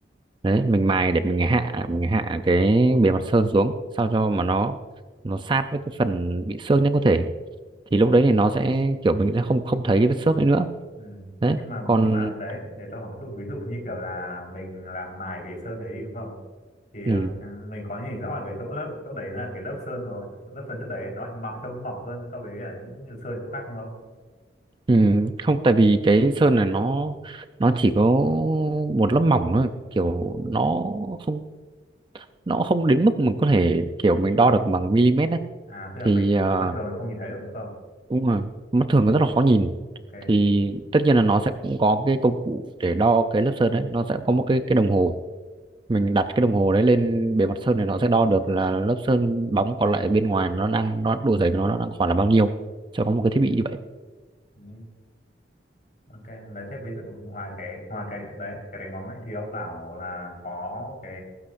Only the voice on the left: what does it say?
ừ,
Ơ, nhưng mà
nhưng mà đấy để tôi hỏi một chút ví dụ như kiểu là mình làm mài cái sơn đấy đi đúng không? Thì
à, mình có nhìn rõ ở cái chỗ lớp chỗ đấy là cái lớp sơn nó lớp sơn chỗ đấy nó lại mỏng trông mỏng hơn so với là những sơn chỗ khác không không?
ừ,
À tức là
mình
mắt thường không nhìn thấy được đúng không?
Ok.
ừ. Ok, đấy thế ví dụ ngoài cái ngoài cái đấy cái đánh bóng ấy thì ông bảo là có cái